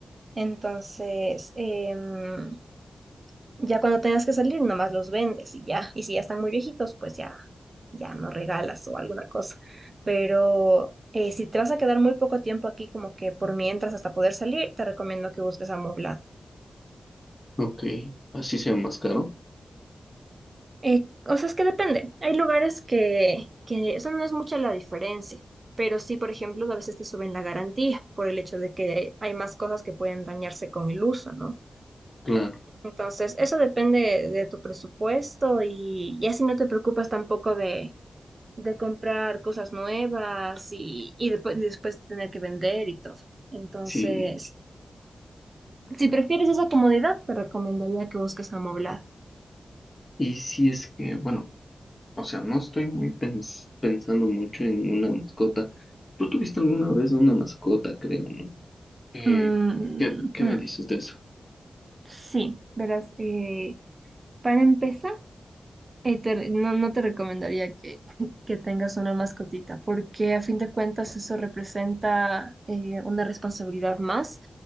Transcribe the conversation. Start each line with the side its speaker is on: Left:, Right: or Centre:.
Right: Entonces, em, Ya cuando tengas que salir, nomás los vendes y ya. Y si ya están muy viejitos, pues ya, ya no regalas o alguna cosa. Pero eh, si te vas a quedar muy poco tiempo aquí, como que por mientras hasta poder salir, te recomiendo que busques amoblado.
Left: Ok, así sea más caro.
Right: Eh, o sea, es que depende. Hay lugares que, que eso no es mucha la diferencia. Pero sí, por ejemplo, a veces te suben la garantía por el hecho de que hay más cosas que pueden dañarse con el uso, ¿no?
Left: Claro,
Right: Entonces, eso depende de tu presupuesto y, y así no te preocupas tampoco de de comprar cosas nuevas y, y después, después tener que vender y todo. Entonces,
Left: sí.
Right: si prefieres esa comodidad, te recomendaría que busques Amoblad.
Left: Y si es que, bueno, o sea, no estoy muy pens- pensando mucho en una mascota. Tú tuviste alguna vez una mascota, creo, ¿no? Eh,
Right: Mm,
Left: ¿qué, qué
Right: ujú.
Left: me dices de eso?
Right: Sí, verás, eh, para empezar, eh, te re- no, no te recomendaría que, <laughs> que tengas una mascotita, porque a fin de cuentas eso representa eh, una responsabilidad más,